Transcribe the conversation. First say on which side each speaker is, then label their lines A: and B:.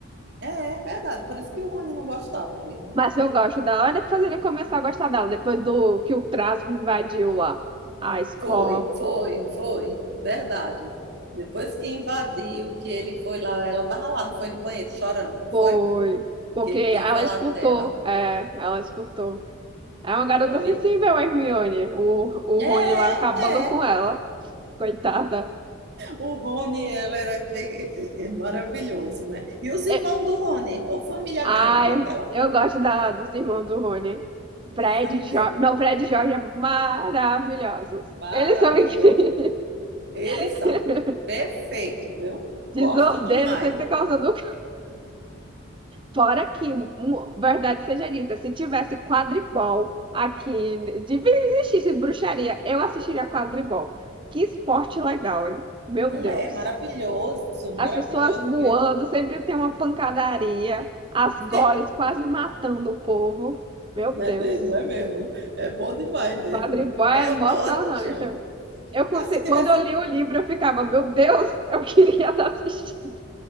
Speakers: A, on the right; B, on the right.
A: É, é verdade. Por isso que o Rony não gostava mesmo.
B: Mas eu gosto dela. Ela depois ele começou a gostar dela, depois do que o Trasgo invadiu lá a escola.
A: Foi, foi, foi, verdade. Depois que invadiu, que ele foi lá, ela tava lá, não foi do banheiro chorando, não
B: Foi.
A: foi?
B: Porque
A: Que ele
B: ela
A: tinha falado
B: escutou.
A: dela.
B: É, ela escutou. É uma garota
A: Foi.
B: sensível, a Hermione. O, o
A: É,
B: Rony lá acabando
A: é.
B: com ela. Coitada.
A: O Rony, ela era eh, eh, maravilhoso, né? E os irmãos
B: É,
A: do Rony, ou família
B: ai,
A: grande, aquela
B: eu gosto da, dos irmãos do Rony.
A: <laughs>
B: Fred,
A: também.
B: Jorge. Não, Fred e Jorge é maravilhosos.
A: Maravilhoso.
B: Eles são incríveis.
A: Eles são
B: <laughs>
A: perfeitos, viu?
B: Desordeiro
A: Gosto demais.
B: sempre causando Fora que, mu- verdade seja dita, se tivesse quadribol aqui, devia existisse bruxaria, eu assistiria quadribol. Que esporte legal, hein? Meu
A: Não
B: Deus.
A: é? Maravilhoso, maravilhoso
B: As pessoas voando,
A: mesmo.
B: sempre tem uma pancadaria, as goles
A: <laughs>
B: quase matando o povo. Meu
A: Não
B: Deus.
A: é mesmo, é mesmo. É bom demais mesmo.
B: Quadribol
A: É
B: é emocionante.
A: ótimo.
B: Eu conse-
A: Não, se
B: Quando
A: tivesse,
B: eu
A: um-
B: li o livro, eu ficava, meu Deus, eu queria estar assistindo.